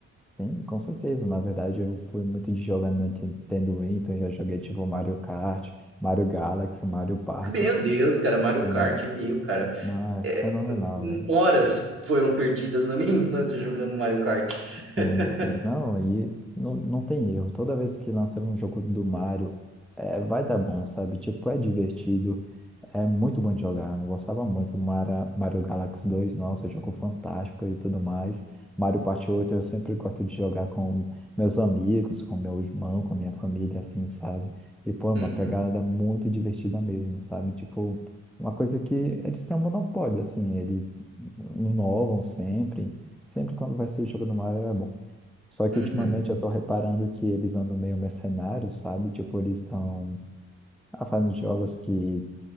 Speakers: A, in the centre; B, on the right.
A: tem, com certeza. Na verdade, eu fui muito de jogar no Nintendo Wii, então eu já joguei tipo Mario Kart, Mario Galaxy, Mario Party.
B: Meu Deus, cara, Mario
A: Sim,
B: Kart mil, cara.
A: não, é
B: É,
A: fenomenal, velho.
B: horas foram perdidas na minha <laughs> infância jogando Mario Kart.
A: Sim,
B: <laughs>
A: sim. Não, aí não, não tem erro. Toda vez que lançar um jogo do Mario, é, vai dar bom, sabe? Tipo, é divertido, é muito bom de jogar. Eu gostava muito do Mara, Mario Galaxy dois nossa, jogo fantástico e tudo mais. Mario Party oito eu sempre gosto de jogar com meus amigos, com meu irmão, com minha família, assim, sabe? E, pô, é uma
B: Uhum,
A: pegada muito divertida mesmo, sabe? Tipo, uma coisa que eles têm um monopólio, assim, eles inovam sempre. Sempre quando vai ser jogo no Mario é bom. Só que
B: uhum,
A: ultimamente eu tô reparando que eles andam meio mercenários, sabe? Tipo, eles estão fazendo jogos que